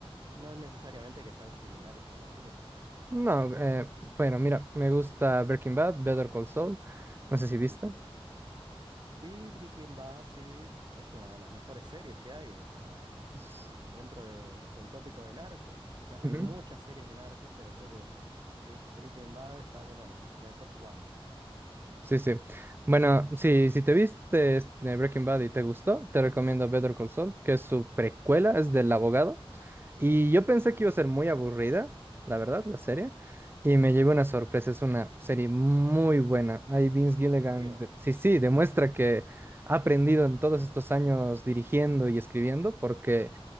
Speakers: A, on the right (about 45°); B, on the right (about 20°).
A: no es necesariamente que sean similares a Black Mirror.
B: No, eh, bueno, mira, me gusta Breaking Bad, Better Call Saul. No sé si viste.
A: Ujú. Vi Breaking Bad, sí, es una de las mejores series que hay, o sea,
B: S-
A: de, dentro de- del tópico de narcos. O sea,
B: Ujú.
A: hay muchas series de narcos, pero creo que Big- Breaking Bad está como en el, en el top one.
B: Sí, sí. Bueno, sí, si te viste este, Breaking Bad y te gustó, te recomiendo Better Call Saul, que es su precuela, es del abogado. Y yo pensé
A: Ujú.
B: que iba a ser muy aburrida, la verdad, la serie. Y me llevé una sorpresa, es una serie muy buena. Ahí Vince Gilligan,
A: ¿En serio?
B: de- sí, sí, demuestra
A: Mm,
B: que ha aprendido en todos estos años dirigiendo y escribiendo, porque